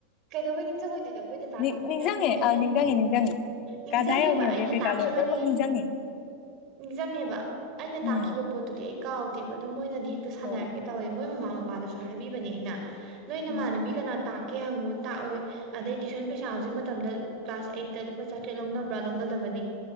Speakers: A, on the right; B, on the left.
A: ꯀꯩꯗꯧꯕꯩ ꯅꯤꯡꯁꯤꯡꯉꯣꯏꯗꯣꯏꯅꯣ ꯃꯣꯏꯗ ꯇꯥꯛ
B: ꯅꯤꯡ
A: ꯃꯣꯏꯅ
B: ꯅꯤꯡꯁꯤꯡꯉꯦ
A: ꯃꯣꯏꯗ ꯑꯩꯅ
B: ꯑ ꯅꯤꯡꯁꯤꯡꯉꯦ ꯅꯤꯡꯁꯤꯡꯉꯦ
A: ꯅꯤꯡꯁꯤꯡꯉꯦꯕ
B: ꯀꯗꯥꯏ ꯌꯧꯈ꯭ꯔꯒꯦ
A: ꯑꯩꯅ
B: ꯀꯩꯀꯥ
A: ꯇꯥꯛꯈꯤꯕꯅꯤ
B: ꯂꯣꯏ ꯂꯣꯏꯅꯃꯛ ꯅꯤꯡꯁꯤꯡꯉꯦ
A: ꯅꯤꯡꯁꯤꯡꯉꯦꯕ ꯑꯩꯅ
B: ꯎꯝ
A: ꯇꯥꯛꯈꯤꯕ ꯄꯣꯠꯇꯨꯗꯤ ꯑꯩ ꯀꯥꯎꯗꯦꯕ ꯑꯗꯨ ꯃꯣꯏꯅꯗꯤ ꯍꯦꯛꯇ ꯁꯥꯟꯅꯔꯛꯀꯦ
B: ꯍꯣꯏ
A: ꯇꯧꯋꯦ ꯃꯣꯏ ꯃꯃꯥ ꯃꯄꯥꯗꯁꯨ ꯍꯥꯏꯕꯤꯕꯅꯦ ꯑꯩꯅ ꯅꯣꯏ ꯅꯃꯥꯟꯅꯕꯤ
B: ꯎꯝ
A: ꯀꯅꯥ ꯇꯥꯛꯀꯦ ꯍꯪꯉꯨ ꯇꯥꯛꯑꯣꯏ ꯑꯗꯩ ꯇ꯭ꯨꯁꯟ ꯄꯩꯁꯥꯁꯦ ꯃꯇꯝꯗ ꯀ꯭ꯂꯥꯁ ꯑꯩꯠꯇ ꯂꯨꯄꯥ ꯆꯥꯇ꯭ꯔꯦꯠ ꯂꯧꯅꯕ꯭ꯔꯥ ꯂꯧꯅꯗꯕꯅꯤ